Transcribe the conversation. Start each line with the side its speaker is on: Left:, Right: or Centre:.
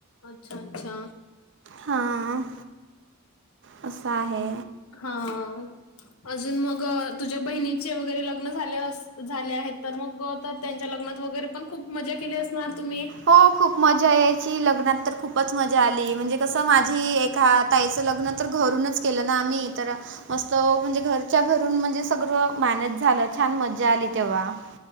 Left: अच्छा अच्छा.
Right: हां. असं आहे.
Left: हा. अजून मग तुझ्या बहिणीचे वगैरे लग्न झा- झाले आहेत तर मग त्यांच्या लग्नात वगैरे पण खूप मजा केली असणार तुम्ही?
Right: हो खूप मजा यायची, लग्नात तर खूपच मजा आली म्हणजे कसं माझी एका ताईचं लग्न तर घरूनच केलं ना आम्ही तर मस्त म्हणजे घरच्या घरून म्हणजे सगळं मॅनेज झालं छान मजा आली तेव्हा. <inaudible>